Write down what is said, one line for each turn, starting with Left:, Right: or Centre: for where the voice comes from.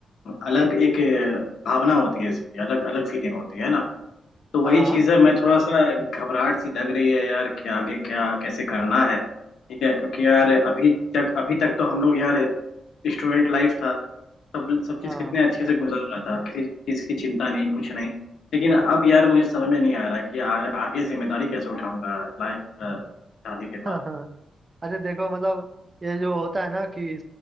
Left: अलग एक अ, भावना होती है इसकी अलग अलग फीलिंग होती है ना तो
Right: हाँ
Left: वही चीज है मैं थोड़ा सा घबराहट सी लग रही है यार कि आगे क्या कैसे करना है ठीक है क्योंकि यार अभी तक अभी तक तो हम लोग यार स्टूडेंट लाइफ था सब सब चीज
Right: हाँ
Left: कितने अच्छे से गुजर रहा था किसी चीज की चिंता नहीं कुछ नहीं लेकिन अब यार मुझे समझ में नहीं आ रहा कि आ, आगे जिम्मेदारी कैसे उठाऊंगा लाइफ शादी के बाद
Right: हाँ अरे देखो मतलब ये जो होता है ना कि